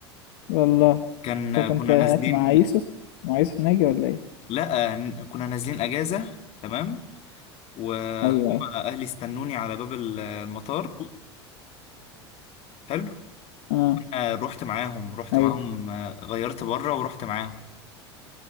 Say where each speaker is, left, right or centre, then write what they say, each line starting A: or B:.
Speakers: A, on the left; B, on the left.
A: والله
B: كان
A: انت
B: آه،
A: كنت
B: كنا
A: هناك
B: نازلين
A: مع يوسف مع يوسف ناجي ولا ايه
B: لا آه، ن- كنا نازلين اجازة تمام وهم
A: ايوه ايوه
B: اهلي استنوني على باب ال- المطار حلو
A: اه
B: انا رحت معاهم رحت
A: ايوه
B: معاهم آه، غيرت بره ورحت معاهم